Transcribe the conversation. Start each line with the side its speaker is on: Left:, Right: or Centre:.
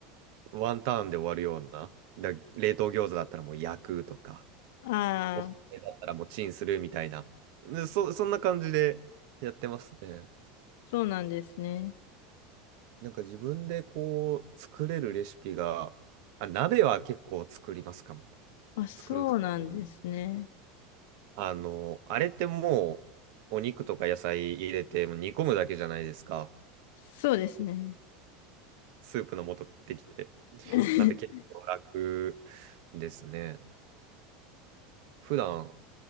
Right: うワンターンで終わるような、だ冷凍餃子だったらもう焼くとか、
Left: ああ、
Right: おすすめだったらもうチンするみたいな。で、そ、そんな感じでやってますね。
Left: そうなんですね。
Right: なんか自分でこう作れるレシピが、あ、鍋は結構作りますかも。
Left: あ、そうなんですね。
Right: 作るかもね。あの、あれってもうお肉とか野菜入れてもう煮込むだけじゃないですか。
Left: そうですね。
Right: スープの素買ってきて。
Left: <laughs>
Right: なんで結構楽ですね。普段、